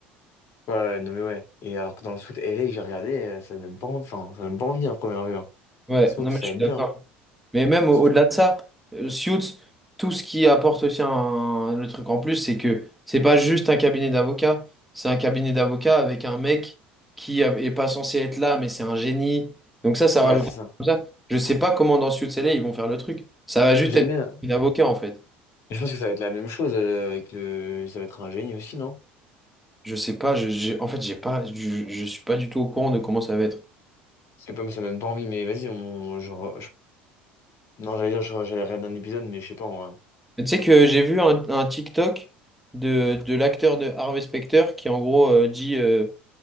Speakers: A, on the left; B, in the centre.
A: ouais, ouais, non mais ouais. Et alors que dans le foot LA, que j'ai regardé, euh, ça donne pas envie, enfin, ça donne pas envie à première vue. Hein.
B: Ouais,
A: Je trouve
B: non,
A: que
B: mais
A: ça
B: je
A: va
B: suis
A: être
B: d'accord.
A: bien. hein.
B: Mais même au-
A: Surtout-
B: au-delà de ça, euh, Suits, tout ce qui apporte aussi un, le truc en plus, c'est que c'est pas juste un cabinet d'avocats, c'est un cabinet d'avocats avec un mec qui a- est pas censé être là, mais c'est un génie. Donc ça, ça
A: Ouais,
B: rajoute
A: c'est ça.
B: comme ça. Je sais pas comment dans Suits LA ils vont faire le truc. Ça va juste
A: J'aime
B: être
A: bien.
B: un avocat en fait.
A: Et je pense que ça va être la même chose euh, avec le. Ça va être un génie aussi, non?
B: Je sais pas, je, j'ai- en fait, j'ai pas, je, je suis pas du tout au courant de comment ça va être.
A: C'est pas, ça donne pas envie, mais vas-y, on... je... re- je- Non, j'allais dire, je- j'allais regarder un épisode, mais je sais pas. en vrai.
B: Mais Tu sais que j'ai vu un, un TikTok de, de l'acteur de Harvey Specter qui en gros euh, dit. euh,